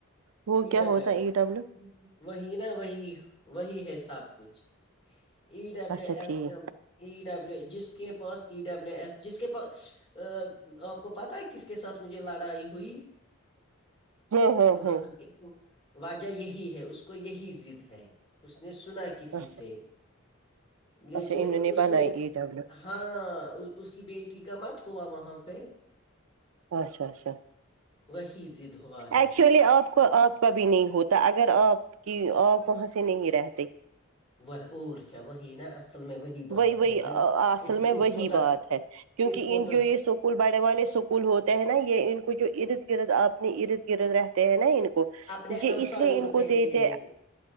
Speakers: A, on the right; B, on the left.
A: وہ
B: ای
A: کیا
B: ڈبلیو
A: ہوتا
B: ایس
A: ہے ای ڈبلو
B: وہی نا وہی وہی ہے سب کچھ ای ڈبلو
A: اچھا
B: ایسم
A: ٹھیک
B: ای ڈبلو جس کے پاس ای ڈبلو ایس جس کے پاس ا آپ کو پتا ہے کس کے ساتھ مجھے لڑائی ہوئی
A: ہاں ہاں
B: مظفر
A: ہاں
B: ہ واجہ یہی ہے اس کو یہی ضد ہے اس نے سنا کسی
A: اچھا
B: سے لیکن
A: اچھا انہوں
B: اس
A: بنائی
B: نے
A: ای ڈبلو
B: ہاں اس کی بیٹی کا مت ہوا وہاں پہ
A: اچھا اچھا
B: وہی ضد ہوا ہے
A: ایکچولی آپ کو آپ کبھی نہیں ہوتا اگر آپ کی آپ وہاں سے نہیں رہتے
B: وہ اور کیا وہی نا اصل میں وہی بات
A: وہی وہی
B: ہے نا
A: اصل
B: اس
A: میں وہی
B: اس کو تو
A: بات ہے کیونکہ
B: اس کو
A: ان
B: تو
A: جو یہ سب اسکول بڑے والے اسکول ہوتے ہیں نا یہ ان کو جو ارد گرد اپنے ارد گرد رہتے ہیں نا ان کو
B: اپنے
A: یہ
B: ہمسایوں
A: اس لیے ان کو
B: پہلے
A: دے
B: یہ
A: تے
B: لیتے